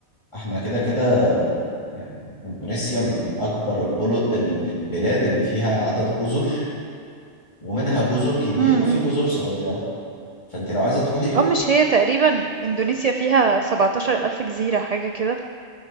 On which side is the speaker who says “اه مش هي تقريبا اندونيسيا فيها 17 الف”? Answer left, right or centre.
Right